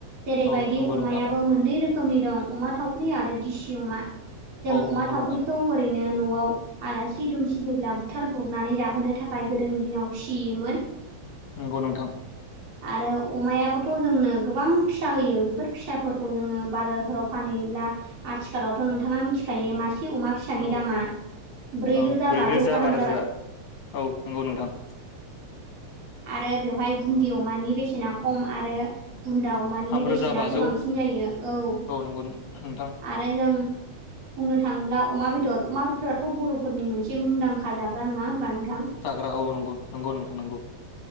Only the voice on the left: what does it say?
औ नंगौ
नोंथां
औ
नंगौ
नोंथां
नंगौ नोंथां।
औ
औ ब्रै
रोजा
बा रोजा
औ नंगौ नोंथां।
थामरोजा
बाजौ
नंगौ नोंथां
जाग्रा औ नंगौ नंगौ नोंथां नंगौ।